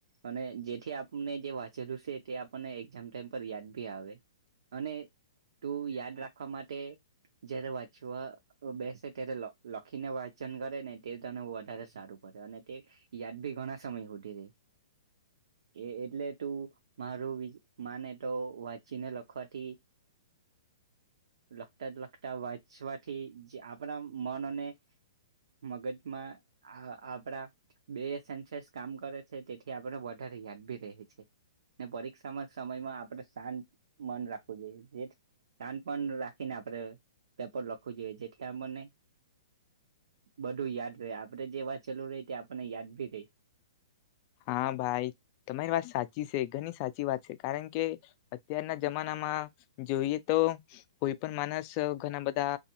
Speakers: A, on the right (about 70°); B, on the left (about 40°).
A: અને જેથી આપણે જે વાંચેલું છે, તે આપણને એક્ઝામ ટાઈમ પર યાદ ભી આવે અને તું યાદ રાખવા માટે જ્યારે વાંચવા બેસે ત્યારે લ લખીને વાંચન કરે ને તે તને વધારે સારું બને અને તે યાદ ભી ઘણા સમય સુધી રે એ એટલે તું મારું મને તો વાંચીને લખવાથી લખતા લખતા વાંચવાથી આપણા મન અને મગજમાં આ આપડા બે સેન્સર્સ કામ કરે છે તેથી આપણે વધારે યાદ બી રહે છે ને પરીક્ષા એક્ષામ ના સમયમાં આપણે શાંત મન રાખવું જોઈએ જે શાંત મન રાખીને આપણે પેપર લખવું જોઈએ જેથીથી આપણને બધું યાદ રહે આપણે જે વાંચેલું રે તે આપણને યાદ ભી રે.
B: હા ભાઈ તમારી વાત સાચી છે, ઘણી સાચી વાત છે, કારણ કે અત્યારના જમાનામાં જોઈએ તો કોઈ પણ માણસ ઘણા બધા